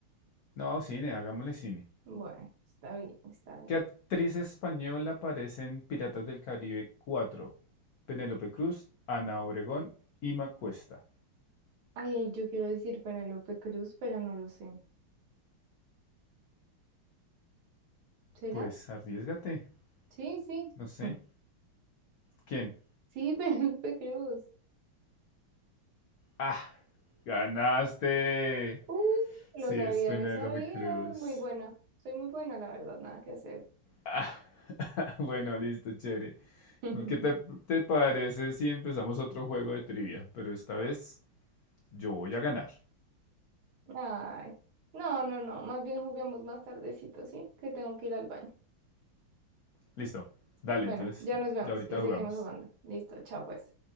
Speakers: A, on the left; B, on the right.
A: no, cine, hagámosle cine.
B: bueno, está bien, está bien.
A: ¿Qué actriz española aparece en Piratas del Caribe cuatro? Penélope Cruz, Ana Obregón, Ima Cuesta.
B: Ay, ay, yo quiero decir Penélope Cruz, pero no lo sé. ¿Será?
A: Pues arriesgate.
B: Sí, sí.
A: No sé.
B: Mm.
A: ¿Quién?
B: Sí, <laughs> Penélope Cruz.
A: Ah, ganaste.
B: Uh, lo
A: Sí,
B: sabía,
A: es Penélope
B: lo sabía.
A: Cruz.
B: Muy buena. Soy muy buena, la verdad, nada que hacer.
A: Ah, <laughs> bueno, listo, chévere.
B: <laughs>
A: ¿Qué te, te parece si empezamos otro juego de trivia? Pero esta vez yo voy a ganar.
B: Ay, no, no, no. Más bien juguemos más tardecito, ¿sí? Que tengo que ir al baño.
A: Listo. Dale,
B: Bueno,
A: entonces
B: ya nos vemos
A: ya ahorita
B: y seguimos
A: jugamos.
B: jugando. Listo, chao pues.